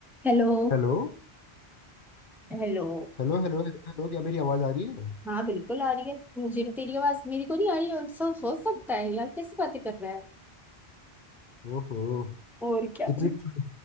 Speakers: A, in the centre; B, on the left.
A: Hello
B: Hello
A: Hello
B: hello hello hello hello, क्या मेरी आवाज आ रही है
A: हाँ बिल्कुल आ रही है मुझे भी तेरी आवाज मेरी को नहीं आ रही है सब हो सकता है यार कैसी बातें कर रहा है
B: ओहो
A: और क्या
B: इतनी फ्ल-